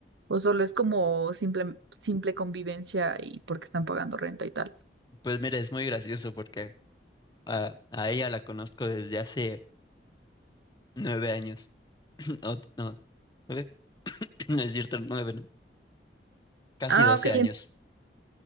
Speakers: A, on the right; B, on the left.
A: o solo es como simple, simple convivencia y porque están pagando renta y tal?
B: Pues mira, es muy gracioso porque a, a ella la conozco desde hace nueve años. <clears throat> No, no, nueve, <clears throat> no es cierto, nueve, ¿no? Casi
A: Ah,
B: doce
A: ok.
B: años.